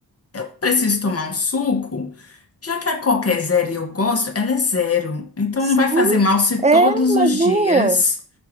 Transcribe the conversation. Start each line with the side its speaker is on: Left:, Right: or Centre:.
Left: Eu preciso tomar um suco, já que a Coca é zero e eu gosto, ela é zero. Então
Right: Sim,
Left: não vai fazer mal se
Right: é,
Left: todos
Right: imagina.
Left: os dias